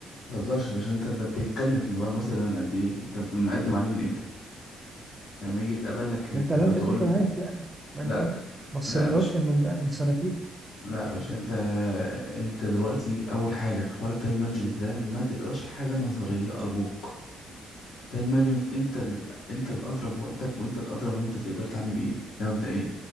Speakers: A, on the left (about 75°); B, on the right (about 15°).
A: متهزرش يا باشا انت انت بتتكلم في موضوع المسألة ده من قد ايه انت مقدم عليه من امتى لما يجي يتقبل لك ت-
B: ما انت على قدك
A: تقول
B: انت أنا عارف يعني ما انت
A: لا
B: بقى ما السيمينار
A: لا يا باشا
B: كان من بقى من سنتين
A: لا يا باشا انت انت دلوقتي اول حاجه في حوار التايم مانجمنت ده ما تقراش حاجه نظريه ارجوك تايم مانجمنت انت ال... انت الاضرب وقتك وانت الاضرب انت تقدر تعمل ايه ده مبدئيا